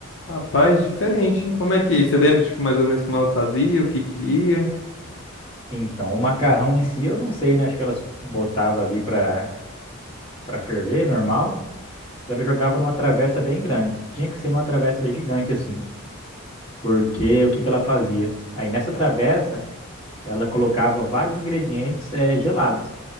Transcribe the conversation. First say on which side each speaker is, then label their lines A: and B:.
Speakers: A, on the left; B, on the left.
A: ah, rapaz, diferente, hein? Como é que é? Você lembra, tipo, mais ou menos como ela fazia, o que que ia?
B: Então, o macarrão em si, eu não sei, né? Acho que elas botava ali pra, pra ferver, normal. Então, Ela jogava numa travessa bem grande. Tinha que ser numa travessa gigante assim, porque o que que ela fazia? Aí nessa travessa, ela colocava vários ingredientes eh, gelados.